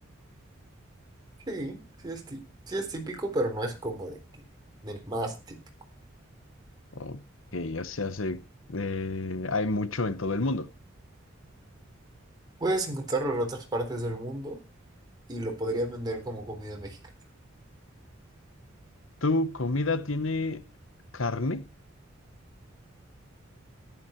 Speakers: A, on the right; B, on the left.
A: Sí, sí es, tí- sí es típico, pero no es como de que- del más típico.
B: Ok, o sea, se, eh, hay mucho en todo el mundo.
A: Puedes encontrarlo en otras partes del mundo y lo podrías vender como comida mexicana.
B: ¿Tu comida tiene carne?